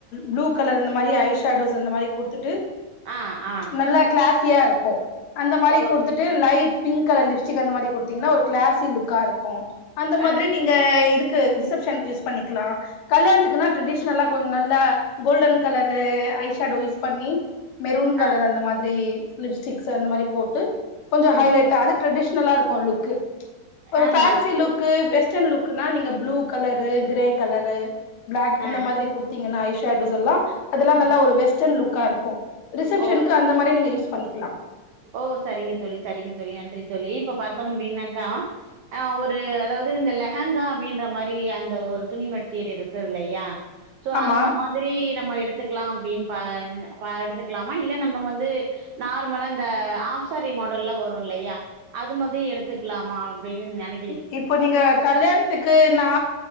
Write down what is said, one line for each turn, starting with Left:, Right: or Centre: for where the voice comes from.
Left: ப்ளு கலர் அந்த மாரி ஐ ஷாடோஸ் அந்த மாரி குடுத்துட்டு
Right: ஆ ஆ
Left: நல்லா கிளாசியா இருக்கோ அந்த மாரி
Right: ஓ!
Left: குடுத்துட் டு லைட் பிங்க் கலர் லிப்ஸ்டிக் அந்த மாரி குடுத்தீங்கன்னா ஒரு கிளாசி லுக்கா இருக்கோ அந்த மாதிரி
Right: ஆ.
Left: நீ இங்க இதுக்கு ரிசப்ஷன்க்கு யூஸ் பண்ணிக்குலா கல்யாணத்துக்குனா ட்ரெடீஷ்னலா கொஞ்சோ நல்லா golden colour eye shadow use பண்ணி மெரூன் கலர்
Right: ஆ.
Left: அந்த மாதிரி லிப்ஸ்டிக்ஸ் அந்த மாரி போட்டு கொஞ்சோ
Right: ம்.
Left: ஹைலைட்டா அது ட்ரெடிஷனலா இருக்கோ லுக்கு இப்போ
Right: ஆமா.
Left: ஃபேன்சி லுக்கு வெஸ்டர்ன் லுக்குனா நீங்க blue colour grey colour black அந்த
Right: ஆ.
Left: மாதிரி குடுத்தீங்கன்னா ஐ ஷேடோஸ் எல்லா அதெல்லா நல்லா
Right: ம்.
Left: ஒரு வெஸ்டர்ன் லுக்கா இருக்கோ ரிசப்ஷன்க்கு
Right: ஓ!
Left: அந்த மாதிரி நீங்க யூஸ் பண்ணிக்குலா
Right: ஓ சரிங்க தோழி சரிங்க தோழி நன்றி தோழி இப்ப பாத்தோம் அப்டின்னாக்கா ஆ ஒரு அதாவது இந்த லெஹாங்கா அப்டின்ற மாரி அந்த ஒரு துணி மெட்டீரியல்ருக்குது இல்லயா சோ
Left: ஆமா
Right: அந்த மாத் திரி நம்ம எடுத்துக்கலாம் அப்டின்னு ப பா எடுத்துக்கலாமா இல்ல நம்ம வந்து நார்மலா ந் இந்த ஆஃப் சாரி மாடல்ல வரும் இல்லயா அதுமதி எடுத்துக்குலாமா அப்டின்னு நெனை
Left: ம் இப்ப நீங்க கல்யாண்த்துக்கு னா